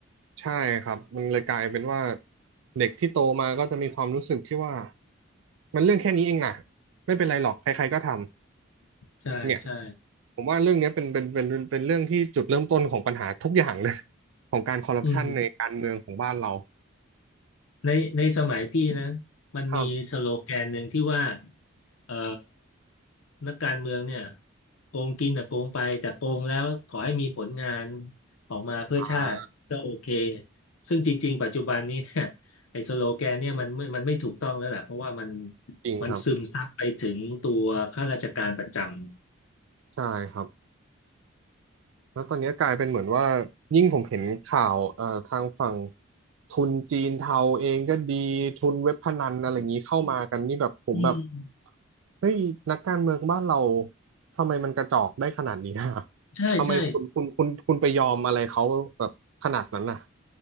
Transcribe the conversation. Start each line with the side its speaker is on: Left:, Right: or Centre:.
Right: ใช่ครับมันเลยกลายเป็นว่าเด็กที่โตมาก็จะมีความรู้สึกที่ว่ามันเรื่องแค่นี้เองนะไม่เป็นไรหรอกใครๆก็ทำ
Left: ใช่ใช่
Right: เนี่ยผมว่าเรื่องเนี้ยเป็นเป็นเป็นเป็นเป็นเรื่องที่จุดเริ่มต้นของปัญหาทุกอย่างเลย <laughs> ของการคอร์รัปชันในการเมืองของบ้านเรา
Left: อืม ในในสมัยพี่นะมันมีสโลแกนหนึ่งที่ว่า
Right: ครับ
Left: เอ่อนักการเมืองเนี่ยโกงกินแต่โกงไปแต่โกงแล้วขอให้มีผลงานออกมาเพื่อชาติก็โอเค
Right: อ่า
Left: ซึ่งจริงๆปัจจุบันนี้เนี่ยไอ้สโลแกนเนี่ยมันไม่มันไม่ถูกต้องแล้วแหละเพราะว่ามัน
Right: จริงครับ
Left: มันซึมซับไปถึงตัวข้าราชการประจำ
Right: ใช่ครับ แล้วตอนนี้กลายเป็นเหมือนว่ายิ่งผมเห็นข่าวเอ่อทางฝั่งทุนจีนเทาเองก็ดีทุนเว็บพนันอะไรอย่างนี้เข้ามากันนี่แบบผมแบบ
Left: อืม
Right: เฮ้ยนักการเมืองบ้านเราทำไมมันกระจอกได้ขนาดนี้อะ <laughs>
Left: ใช่ใช่
Right: ทำไมคุณคุณคุณคุณไปยอมอะไรเขาแบบขนาดนั้นน่ะ